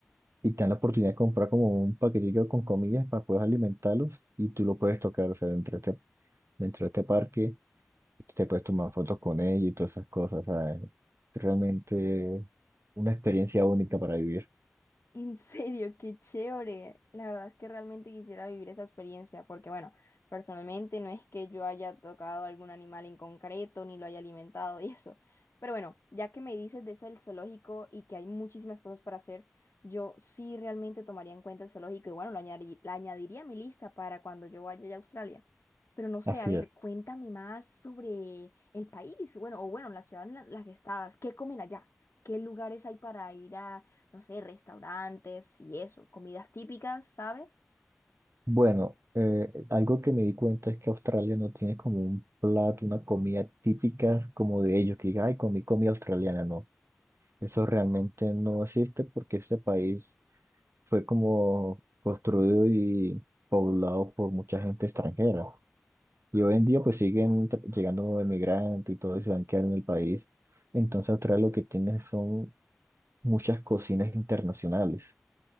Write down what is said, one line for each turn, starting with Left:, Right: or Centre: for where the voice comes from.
Right: y te dan la oportunidad de comprar como un paquetillo con comillas para poder alimentarlos y tú lo puedes tocar, o sea, dentro de este, dentro de este parque te puedes tomar fotos con ellos y todas esas cosas, o sea, es realmente una experiencia única para vivir.
Left: En serio, qué chévere. La verdad es que realmente quisiera vivir esa experiencia, porque bueno, personalmente no es que yo haya tocado algún animal en concreto, ni lo haya alimentado y eso. Pero bueno, ya que me dices de eso del zoológico y que hay muchísimas cosas para hacer, yo sí realmente tomaría en cuenta el zoológico y bueno, lo añadi- la añadiría a mi lista para cuando yo vaya a Australia. Pero no sé,
Right: Así
Left: a ver,
Right: es.
Left: cuéntame más sobre el país, bueno, o bueno, la ciudad en la, la que estabas, ¿qué comen allá? ¿Qué lugares hay para ir a no sé, restaurantes y eso, comidas típicas, ¿sabes?
Right: Bueno, eh, algo que me di cuenta es que Australia no tiene como un plato, una comida típica como de ellos, que diga, ay, comí comida australiana, no. Eso realmente no existe porque este país fue como construido y poblado por mucha gente extranjera. Y hoy en día pues siguen tra- llegando emigrantes y todo y se van quedando en el país. Entonces Australia lo que tiene son muchas cocinas internacionales.